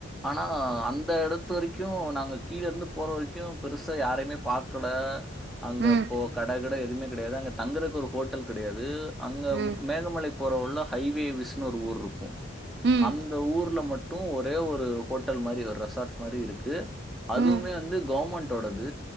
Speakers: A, in the centre; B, on the right.
A: ஆனா அந் ந்த எடத்து வரைக்கு நாங்க கீழ இருந்து போற வரைக்கு பெருசா யாரையுமே பாக்கல அங்கப்போ
B: ம்
A: கட கிட எதுமே கெடையாது அங்க தங்கறக்கு ஒரு ஹோட்டல் கெடையாது அங்க
B: ம்
A: மேகமலைப் போற உள்ள ஹைவே விஷ்ணு ஒரு ஊர் இருக்கு
B: ம்
A: அந்த ஊர்ல மட்டு ஒரே ஒரு ஒரு ஹோட்டல் மாரி ஒரு ரெசார்ட் மாரி இருக்கு அதுமே
B: ம்
A: வந்து கவுமௌண்ட் டோடது